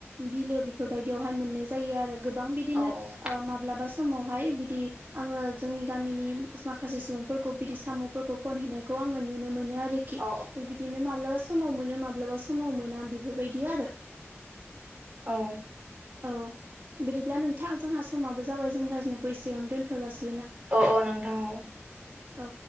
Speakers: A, on the right; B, on the right.
A: बिलो बेफोरबायदियावहाय मोन जायो आरो गोबां बिदिनो
B: औ औ
A: ओ माब्लाबा सम समावहाय बिदि आंङो जोंनि गामिनि माखासे सुबुंफोरखौ बिदि साम'फोरखौ खनहैनायखौ आङो नुनो मोनो आरोखि
B: औ
A: दं बिदिनो माब्लाबा समाव समाव मोनो माब्लाबा समाव मोना बेफोरबायदि आरो ।
B: औ
A: औ बिदिब्ला नोंथां जोंहा समाबो जाबाय जों रायज्लायनायखौ एसेयावनो दोनथ'जासिगोन ।
B: अ अ नोंथां औ ।
A: औ